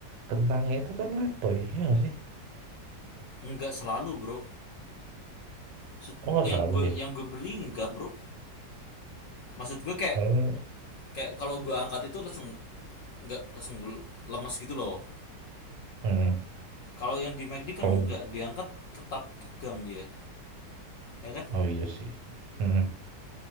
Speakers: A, on the right; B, on the left.
A: kentangnya itu kan letoy, ya nggak sih?
B: Enggak selalu, Bro. Se-
A: Oh, nggak
B: Yang
A: selalu
B: gue
A: ya.
B: yang gue beli enggak, Bro. Maksud gue kayak
A: Oh,
B: kayak kalau gue angkat itu langsung nggak langsung gue lemas gitu loh
A: hmm.
B: kalau yang di McD kan
A: Kalau
B: nggak diangkat tetap tegang dia ya kan
A: oh iya sih. Hmm.